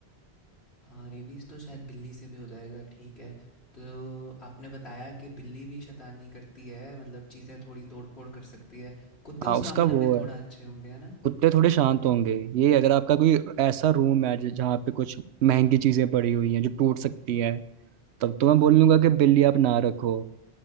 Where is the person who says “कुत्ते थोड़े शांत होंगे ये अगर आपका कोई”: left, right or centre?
Right